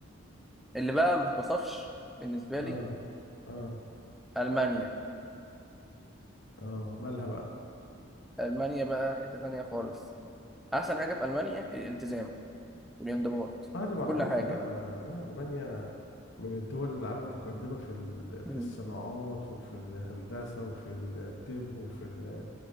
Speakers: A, in the centre; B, on the left.
A: اللي بقى ما تتوصفش بالنسبه
B: اه
A: لي
B: اه
A: المانيا
B: اه مالها بقى
A: المانيا بقى حته تانية خالص احسن حاجه في المانيا الالتزام والانضباط
B: اه اللي
A: في
B: معروف
A: كل حاجه
B: لا لا ألمانيا من الدول اللي العالم متقدمة في ال-
A: مم.
B: في الصناعات وفي الهندسة وفي الطب وفي ال-